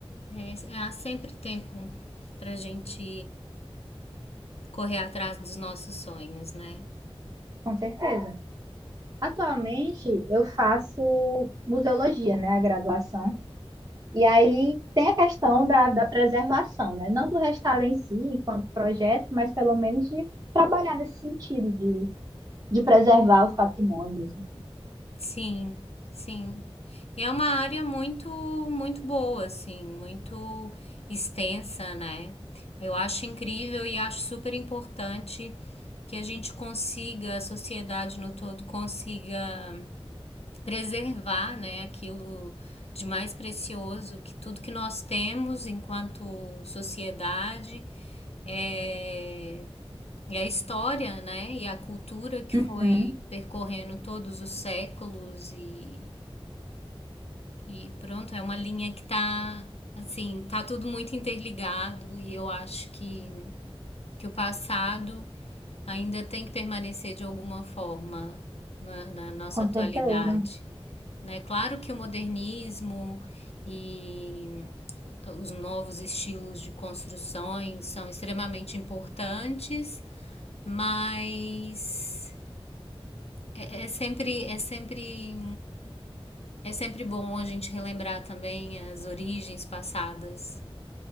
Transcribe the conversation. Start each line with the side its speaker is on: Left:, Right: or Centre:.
Left: é, há sempre tempo para gente correr atrás dos nossos sonhos, né?
Right: Com certeza. Atualmente eu faço museologia, né, a graduação. E aí tem a questão da, da preservação, né? Não do restauro em si, enquanto projeto, mas pelo menos de trabalhar nesse sentido de, de preservar os patrimônios, enfim.
Left: Sim, sim. E é uma área muito, muito boa, assim, muito extensa, né? Eu acho incrível e acho super importante que a gente consiga, a sociedade no todo consiga preservar, né, aquilo de mais precioso que tudo que nós temos enquanto sociedade é, e a história, né, e a cultura que
Right: Uhum,
Left: foi percorrendo todos os séculos e e pronto, é uma linha que tá assim, tá tudo muito interligado e eu acho que que o passado ainda tem que permanecer de alguma forma na, na nossa
Right: com
Left: atualidade,
Right: certeza.
Left: né? Claro que o modernismo e os novos estilos de construções são extremamente importantes, mas é, é sempre é sempre é sempre bom a gente relembrar também as origens passadas,